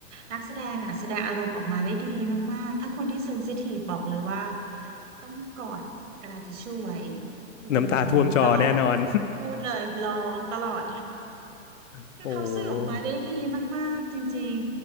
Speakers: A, on the right; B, on the left.
A: นักแสดงอ่ะแสดงอารมณ์ออกมาได้ดีมากๆถ้าคนที่เซนซิทีฟบอกเลยว่าต้องกอดกระดาษทิชชู่ไว้คือร้องตลอด
B: น้ำตาท่วมจอแน่นอน
A: พูดเลยร้องตลอด
B: <laughs>
A: คือเขาสื่อออกมาได้ดีมากๆจริง
B: โอ้โห